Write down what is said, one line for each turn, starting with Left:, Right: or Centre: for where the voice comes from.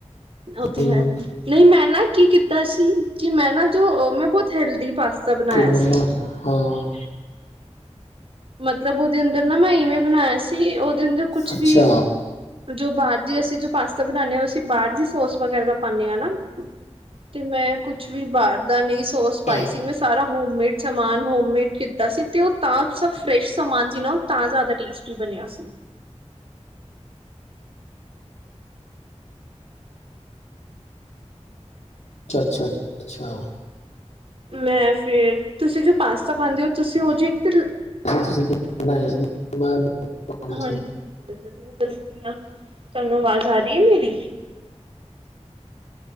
Right: ਓ ਤੇ
Left: ਹਮ,
Right: ਹੈ। ਨਹੀ ਮੈ ਨਾ ਕੀ ਕੀਤਾ ਸੀ ਕਿ ਮੈ ਨਾ ਜੋ ਮੈ ਬੋਤ ਹੈਲਦੀ ਪਾਸਤਾ- ਬਣਾਇਆ
Left: ਫਿਰ ਮੰਮਾ
Right: ਸੀ।
Left: ਹਾਂ-
Right: ਮਤਲਬ ਉਹਦੇ ਅੰਦਰ ਨਾ ਮੈ ਇਵੇ- ਬਣਾਇਆ ਸੀ ਉਹਦੇ ਅੰਦਰ ਕੁਛ
Left: ਅੱਛਾ
Right: ਵੀ ਜੋ ਬਾਹਰ ਦੀ ਅਸੀਂ ਜੋ ਪਾਸਤਾ ਬਣਾਨਦੇ ਹਾਂ। ਬਾਹਰ ਦੀ ਸੋਸ ਵਗੈਰਾ ਪਾਦੇ ਹਾਂ ਨਾ ਤੇ ਮੈ ਕੁਛ ਵੀ ਬਾਹਰ ਦਾ ਨ- ਸੋਸ ਪਾਈ
Left: ਅੱਛਾ
Right: ਸੀ ਮੈ ਸਾਰਾ ਹੋਮਮੇਡ ਸਮਾਨ ਹੋਮਮੇਡ ਕੀਤਾ ਸੀ ਤੇ ਉਹ ਤਾਂ- ਸਬ ਫਰੈਸ਼ ਸਮਾਨ ਸੀ ਨਾ ਉਹ ਤਾਂ ਜਿਆਦਾ ਟੇਸਟੀ ਬਣਿਆ ਸੀ।
Left: ਅਛਾ- ਅਛਾ ਅੱ ਅਛਾ-
Right: ਮੈ ਫੇਰ ਤੁਸੀ ਜੋ ਪਾਸਤਾ ਖਾਂਦੇ ਹੋ ਤੁਸੀ ਉਹ ਜਿਹੀ ਇੱਕ ਤਾਂ-
Left: ਤੁਸੀ ਬਣਾਇਆ ਸੀ। ਬਣਾਉਣਾ ਚਾਹੁੰਦਾ
Right: ਹਾਂਜੀ- ਹਾਂਜੀ ਮੈ ਜਰੂਰ ਦਸਦੀ ਹਾ ਤੁਹਾਨੂੰ ਆਵਾਜ਼ ਆ ਰਹੀ ਹੈ। ਮੇਰੀ-